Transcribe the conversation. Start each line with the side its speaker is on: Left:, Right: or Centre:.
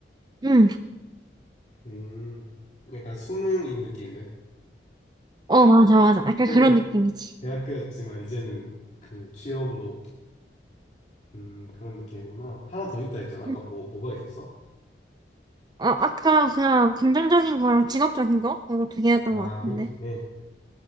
Right: 응,
Left: 음, 약간 수능인 느낌이네.
Right: 어, 맞아, 맞아. 약간
Left: 수능은
Right: 그런 느낌이지.
Left: 대학교였지만, 이제는 그 취업으로, 음, 그런 느낌이구나. 하나 더 있다 했잖아. 아까
Right: 응.
Left: 뭐, 뭐가 있었어?
Right: 아, 아까 그냥 긍정적인 거랑 직업적인 거? 이거 두 개였던
Left: 아,
Right: 것 같은데.
Left: 그러게 좋네.